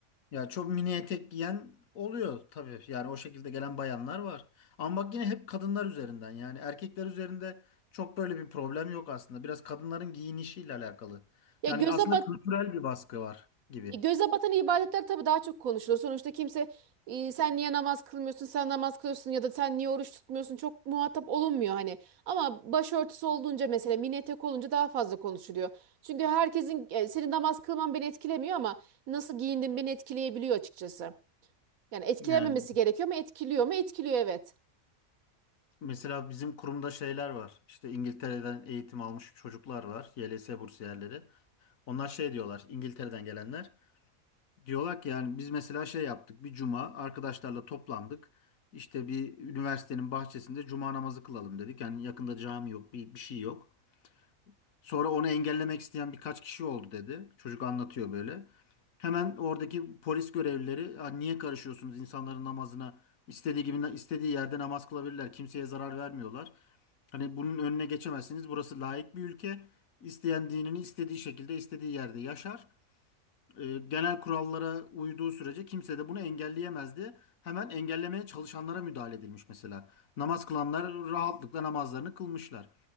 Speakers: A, on the left; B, on the right.
A: Ya çok mini etek giyen oluyor tabii. Yani o şekilde gelen bayanlar var. Ama bak yine hep kadınlar üzerinden yani erkekler üzerinde çok böyle bir problem yok aslında. Biraz kadınların giyinişiyle alakalı.
B: Ya
A: Yani
B: göze
A: aslında
B: bat
A: kültürel bir baskı var gibi.
B: E, Göze batan ibadetler tabii daha çok konuşulur. Sonuçta kimse e, sen niye namaz kılmıyorsun, sen namaz kılıyorsun ya da sen niye oruç tutmuyorsun çok muhatap olunmuyor hani. Ama başörtüsü olduğunca mesela mini etek olunca daha fazla konuşuluyor. Çünkü herkesin e, senin namaz kılman beni etkilemiyor ama nasıl giyindin beni etkileyebiliyor açıkçası. Yani etkilememesi
A: Yani
B: gerekiyor mu? Etkiliyor mu? Etkiliyor evet.
A: mesela bizim kurumda şeyler var. İşte İngiltere'den eğitim almış çocuklar var. YLS bursiyerleri. Onlar şey diyorlar İngiltere'den gelenler. Diyorlar ki yani biz mesela şey yaptık bir cuma arkadaşlarla toplandık. İşte bir üniversitenin bahçesinde cuma namazı kılalım dedik. Yani yakında cami yok bir, bir şey yok. Sonra onu engellemek isteyen birkaç kişi oldu dedi. Çocuk anlatıyor böyle. Hemen oradaki polis görevlileri "Ya niye karışıyorsunuz insanların namazına? İstediği gibi istediği yerde namaz kılabilirler. Kimseye zarar vermiyorlar. Hani bunun önüne geçemezsiniz. Burası laik bir ülke. İsteyen dinini istediği şekilde istediği yerde yaşar e, genel kurallara uyduğu sürece kimse de bunu engelleyemezdi. Hemen engellemeye çalışanlara müdahale edilmiş mesela. Namaz kılanlar rahatlıkla namazlarını kılmışlar.